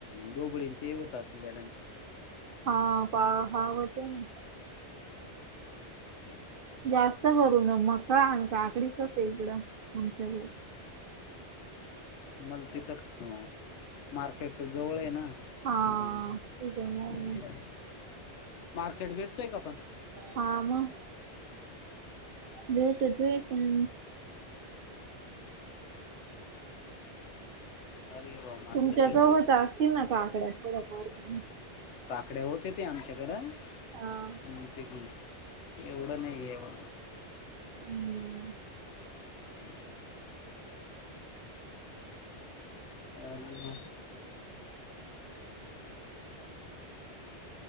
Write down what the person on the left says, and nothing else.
डोबळीन ते होत असेल त्या टाईमिंग
हम्...
तुम्हाला तिथं मार्केट जवळ आहे ना., -
अ म्ह
मार्केट भेटतय का पण
अरे वा मार्केट
भेटतय
काकड्या होते ते आमच्याकडं.
नपिक एवढ ने येव,
ह. ह.. हा..